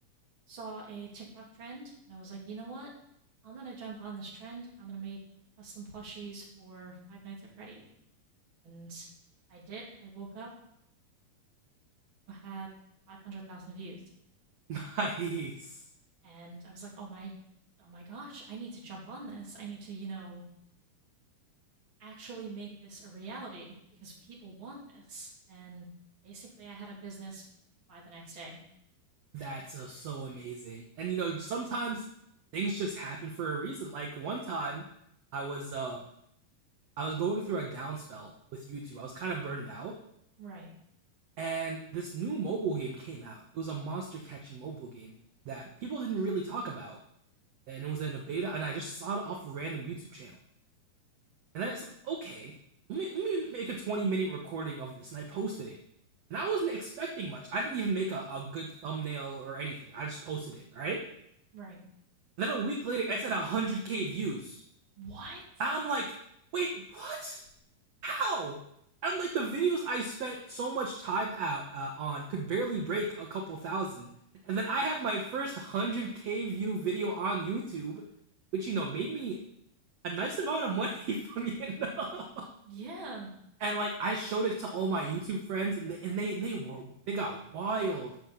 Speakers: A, on the right; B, on the right.
A: saw a TikTok trend and I was like, you know what? I'm gonna jump on this trend. I'm gonna make custom plushies for Five Nights at Freddy's. And I did. I woke up, had 500,000 views.
B: <laughs> nice.
A: And I was like, oh my, oh my gosh, I need to jump on this. I need to, you know, actually make this a reality because people want this. And basically, I had a business by the next day.
B: That's uh, so amazing. And you know, sometimes things just happen for a reason. Like one time I was uh I was going through a down spell with YouTube. I was kind of burned out
A: Right.
B: and this new mobile game came out. It was a monster catching mobile game that people didn't really talk about. and it was in a beta, and I just saw it off a random YouTube channel. And then I said, okay, let me, let me make a 20 minute recording of this, and I posted it. And I wasn't expecting much. I didn't even make a, a good thumbnail or anything. I just posted it, right?
A: Right.
B: Then a week later, it's at 100k views.
A: What?
B: And I'm like, wait, what? How? I'm like, the videos I spent so much time out uh, on could barely break a couple thousand. And then I have my first 100k view video on YouTube, which, you know, made me a nice amount of money, <laughs> funny enough.
A: Yeah.
B: And like I showed it to all my YouTube friends, and they and they, they were they got wild,